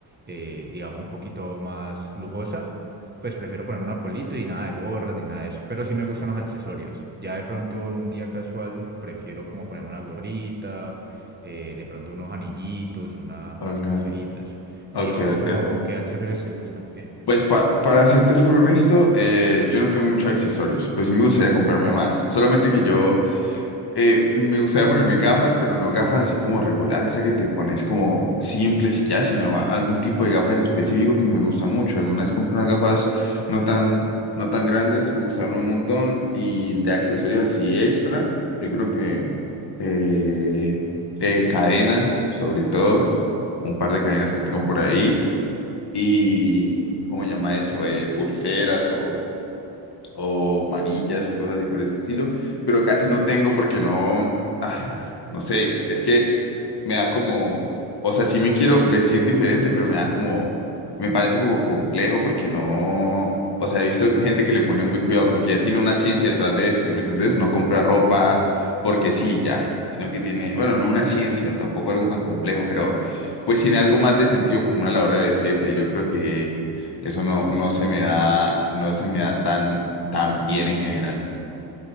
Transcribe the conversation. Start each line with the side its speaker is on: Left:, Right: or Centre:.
Right: eh, digamos, un poquito más lujosa. Pues prefiero ponerme una polito y nada de gorra ni nada de eso. Pero sí me gustan los accesorios. Ya de pronto en un día casual prefiero como ponerme una gorrita, eh, de pronto unos anillitos, una-
Left: ok,
Right: unas pulseritas.
Left: ok,
Right: Y a vos
Left: ok.
Right: como, ¿qué accesorios te gustan o qué?
Left: Pues pa- para serte full honesto, eh, yo no tengo muchos accesorios, pues sí me gustaría comprarme más. Solamente que yo eh, me gustaría ponerme gafas, pero no gafas así como regulares, esa que te pones como simples y ya, sino a- algún tipo de gafas en específico que me gusta mucho. Alguna vez compré unas gafas no tan, no tan grandes, me gustaron un montón y de accesorios así extra, yo creo que eh, eh, cadenas, sobre todo, un par de cadenas que tengo por ahí y, ¿cómo se llama eso? Eh, pulseras o, o manillas o cosas así por ese estilo, pero casi no tengo porque no, ah, no sé, es que me da como, o sea, sí me quiero vestir diferente, pero me da como, me parece como complejo porque no, o sea, he visto gente que le pone muy cuidado, como que ya tiene una ciencia detrás de eso, ¿sí me entendés? No compra ropa porque sí, ya. sino que tiene, bueno, no una ciencia, tampoco algo tan complejo, pero pues tiene algo más de sentido común a la hora de vestirse. Y yo creo que, eso no, no se me da, no se me da tan, tan bien en general.